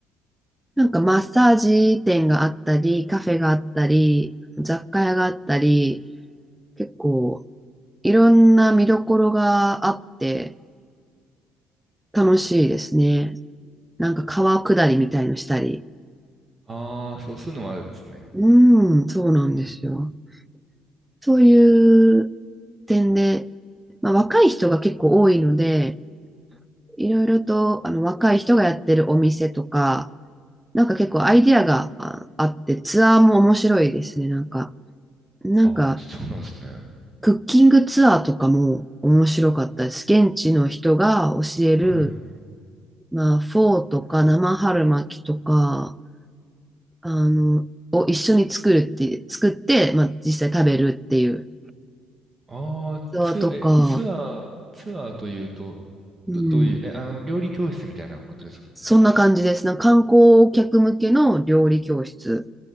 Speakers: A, in the centre; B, on the right.
A: なんかマッサージ店があったり、カフェがあったり、雑貨屋があったり、結構いろんな見どころがあって楽しいですね。なんか川下りみたいのしたり。
B: ああ、そう、そういうのもあるんですね。
A: うん、そうなんですよ。
B: うん。
A: そういう点で、まあ、若い人が結構多いので、いろいろとあの若い人がやってるお店とか、なんか結構アイディアがああって、ツアーも面白いですね。なんか、なんか、
B: あ、そうなんですね。
A: クッキングツアーとかも面白かったです。現地の人が教える、
B: はい。
A: まあ、フォーとか生春巻きとか、あの、を一緒に作るって、作って、まあ、実際食べるっていう
B: ああ、
A: ツアーとか、
B: ツアー、え、ツアー、ツアーというと、
A: うん、
B: ど、どういう、え、あの、料理教室みたいなことですか
A: そんな感じです。なんか観光客向けの料理教室。